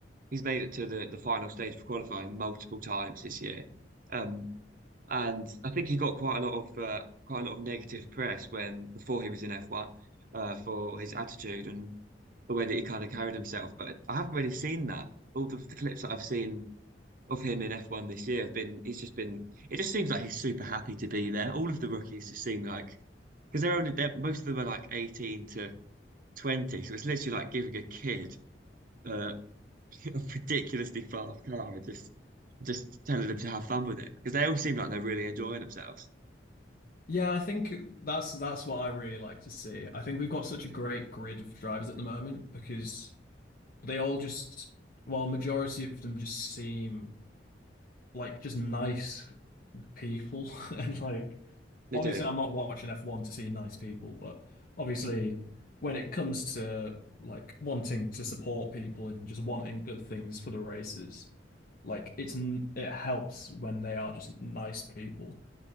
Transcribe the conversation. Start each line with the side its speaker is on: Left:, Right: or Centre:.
Right: he's made it to the the final stage of qualifying multiple times this year. Um, and I think he got quite a lot of uh, quite a lot of negative press when before he was in F1 uh, for his attitude and the way that he kind of carried himself. But I haven't really seen that. All the, the clips that I've seen of him in F1 this year have been, he's just been, it just seems like he's super happy to be there. All of the rookies just seem like, because they're only, they're, most of them are like 18 to 20. So it's literally like giving a kid uh, <laughs> ridiculously fast car and just I just telling them to have fun with it because they all seem like they're really enjoying themselves.
Left: Yeah, I think that's that's what I really like to see. I think we've got such a great grid of drivers at the moment because they all just, well, majority of them just seem like just nice people <laughs> and like
Right: They
Left: obviously
Right: do.
Left: I'm not watching F1 to see nice people, but obviously when it comes to like wanting to support people and just wanting good things for the races, like it's n- it helps when they are just nice people.